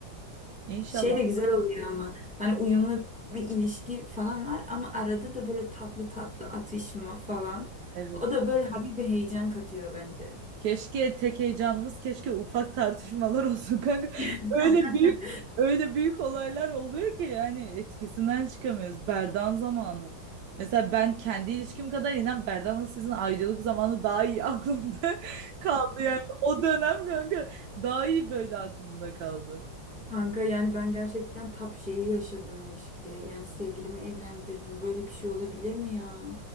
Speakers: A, on the right; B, in the centre.
A: İnşallah.
B: Şey de güzel oluyor ama. Hani uyumlu bir ilişki falan var ama arada da böyle tatlı tatlı atışma falan.
A: Evet.
B: O da böyle hafif bir heyecan katıyor bence.
A: Keşke tek heyecanımız keşke ufak tartışmalar <laughs> olsun kanka.
B: <laughs>
A: Öyle büyük öyle büyük olaylar oluyor ki yani etkisinden çıkamıyoruz. Berdan zamanı. Mesela ben kendi ilişkim kadar inan Berdan'la sizin ayrılık zamanı daha iyi aklımda <laughs> kaldı yani. O dönem kanka daha iyi böyle aklımda kaldı.
B: Kanka yani ben gerçekten tap şeyi yaşadım ilişkide. Yani sevgilimi evlendirdim. Böyle bir şey olabilir mi ya?